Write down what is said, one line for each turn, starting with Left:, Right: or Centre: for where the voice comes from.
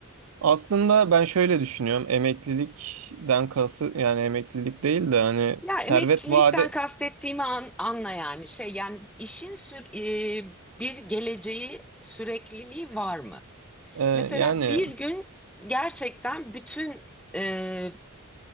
Right: Aslında ben şöyle düşünüyorum. Emeklilikten kası yani emeklilik değil de hani
Centre: Ya
Right: servet
Centre: emeklilikten
Right: vade
Centre: kastettiğimi an- anla yani şey yani işin sür- e, bir geleceği sürekliliği var mı?
Right: e,
Centre: Mesela
Right: yani
Centre: bir gün gerçekten bütün e,